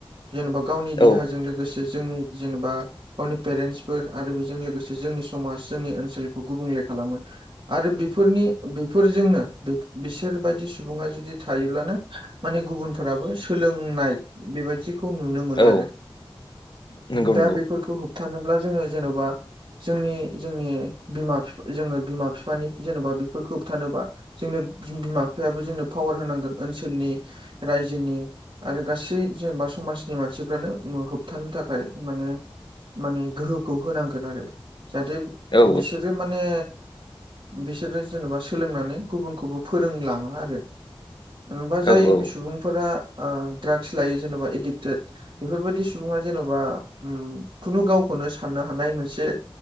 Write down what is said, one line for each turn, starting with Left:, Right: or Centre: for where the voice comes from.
Right: जेनेबा गावनि देहाजों
Left: औ
Right: लोगोसे जोंनि जेनेबा गावनि पेरेन्टसफोर आरो बेजों लोगोसे जोंनि समाज जोंनि ओनसोलखौ गुबुंले खालामो। आरो बेफोरनि बेफोरजोंनो बिसोरबायदि सुबुङा जुदि थायोब्लानो माने गुबुनफोराबो सोलोंनाय बेबायदि खौ नुनो मोनो
Left: औ
Right: आरो।
Left: नंगौ
Right: दा
Left: नंगौ
Right: बेफोरखौ थानोब्ला जोङो जेन'बा जोंनि जोंनि बिमा जोङो बिमा बिफानि जेन'बा बे खोबथानोबा जोंनो बिमा बिफायाबो जोंनो पावार होनांगोन ओनसोलनि रायजोनि आरो गासै जेनेबा समाजनि मानसिफ्रानो होबथानो थाखाय माने माने गोहोखौ होनांगोन आरो जाहाथे
Left: औ
Right: बिसोरो माने बिसोरो जेनेबा सोलोंनानै गुबुनखौबो फोरोंलाङो आरो। जेनेबा जाय
Left: औ औ
Right: सुबुंफोरा ओ ड्राग्स लायो जेनेबा एडिक्टेड बेफोरबायाददि सुबुङा जेन'बा खुनु गावखौनो साननो हानाय मोनसे